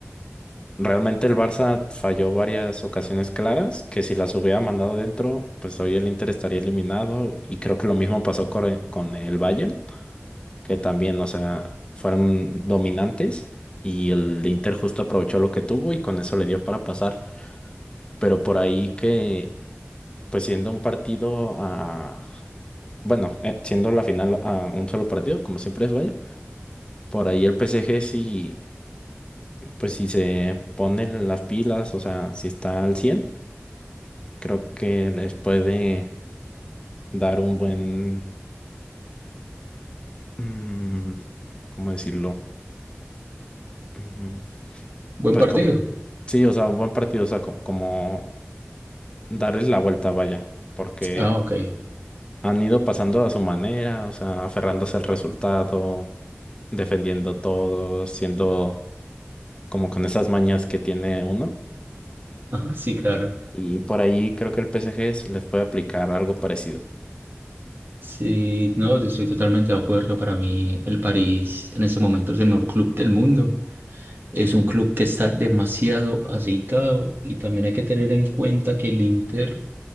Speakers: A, on the left; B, on the right.
A: Realmente el Barça falló varias ocasiones claras que si las hubiera mandado dentro, pues hoy el Inter estaría eliminado y creo que lo mismo pasó con, e, con el Bayern, que también, o sea, fueron dominantes y el Inter justo aprovechó lo que tuvo y con eso le dio para pasar. Pero por ahí que, pues siendo un partido a, bueno, eh, siendo la final a un solo partido, como siempre es, vaya, por ahí el PSG sí, pues si se pone las pilas, o sea, si está al 100 creo que les puede dar un buen, mm, ¿cómo decirlo? Mm,
B: Buen
A: Pues
B: partido.
A: co- sí, o sea, un buen partido, o sea, co- como, darles la vuelta, vaya, porque
B: Ah, ok. <laughs>
A: han ido pasando a su manera, o sea, aferrándose al resultado, defendiendo todo, siendo como con esas mañas que tiene uno.
B: Sí, claro.
A: Y por ahí creo que el PSG es- les puede aplicar algo parecido.
B: Sí, no, estoy totalmente de acuerdo. Para mí, el París en este momento es el mejor club del mundo. Es un club que está demasiado aceitado y también hay que tener en cuenta que el Inter